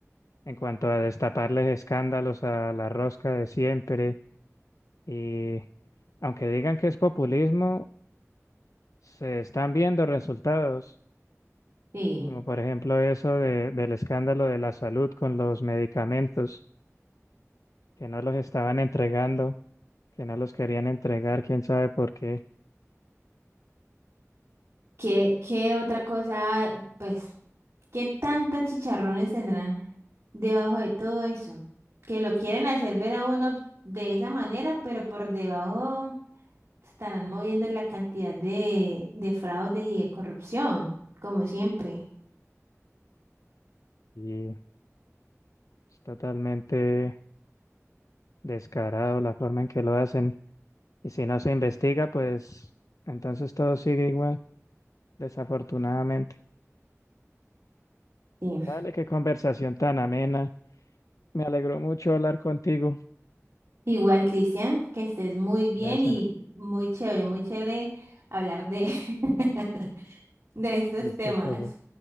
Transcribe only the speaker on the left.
en cuanto a destaparles escándalos a la rosca de siempre y aunque digan que es populismo, se están viendo resultados,
como por ejemplo eso de- del escándalo de la salud con los medicamentos, que no los estaban entregando, que no los querían entregar, quién sabe por qué,
y es totalmente descarado la forma en que lo hacen. Y si no se investiga, pues entonces todo sigue igual, desafortunadamente.
Vale, qué conversación tan amena. Me alegró mucho hablar contigo.
Gracias
de estas
cosas.